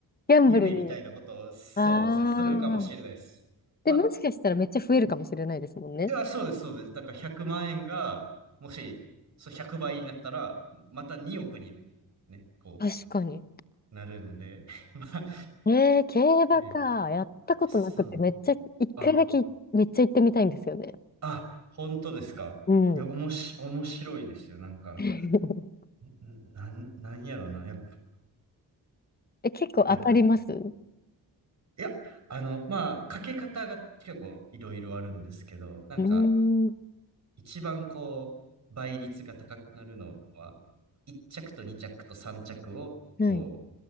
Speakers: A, on the left (about 25°); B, on the right (about 45°).
A: ギャンブルに。
B: 夢みたいなことを、そうですね、
A: ああ。
B: するかもしれないです。まあ、
A: で、もしかしたらめっちゃ増えるかもしれないですもんね。
B: いや、そうです、そうです。だから100万円が、もし、そう100倍になったら、また2億に、ね、こ
A: 確かに。
B: う、なるので、<laughs> まあ、
A: えー、競馬か。
B: ね、
A: やったことなくて、
B: そう。
A: めっちゃ、一回だけめっちゃ行ってみたいんですよね。
B: あ、あ、本当ですか。
A: うん。
B: いや、おもし、面白いですよ。なんか、
A: <laughs>
B: んなん、なんやろな。やっぱ、
A: え、結構当たります
B: なんか、
A: <laughs> う
B: いや、あの、まあ、かけ方が結構いろいろあるんですけど、なんか、
A: ーん。
B: 一番こう、倍率が高くなるのは、1着と2着と3着を、
A: はい。
B: こ